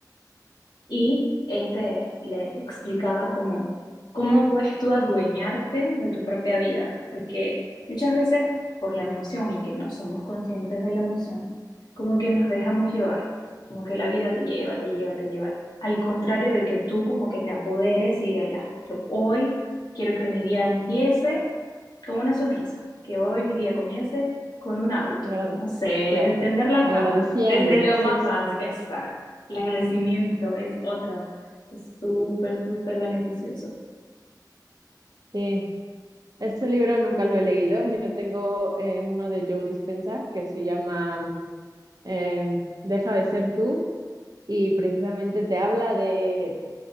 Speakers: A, on the left (about 75°); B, on the right (about 60°).
A: y este le explicaba cómo, cómo puedes tú adueñarte de tu propia vida, porque muchas veces por la emoción y que no somos conscientes de la emoción, como que nos dejamos llevar, como que la vida te lleva, te lleva, te lleva, al contrario de que tú como que te apoderes y digas, ya, yo hoy quiero que mi día empiece con una sonrisa, que hoy mi día comience con un hábito,
B: Agra-
A: no sé,
B: claro,
A: tender la
B: agradeciendo.
A: cama, desde lo
B: Sí,
A: más
B: sí,
A: básico,
B: sí.
A: exacto. El agradecimiento es otro. Es súper, súper beneficioso.
B: Sí, Este libro nunca lo he leído. Yo tengo eh, uno de Joe Dispenza que se llama eh, Deja de ser tú y precisamente te habla de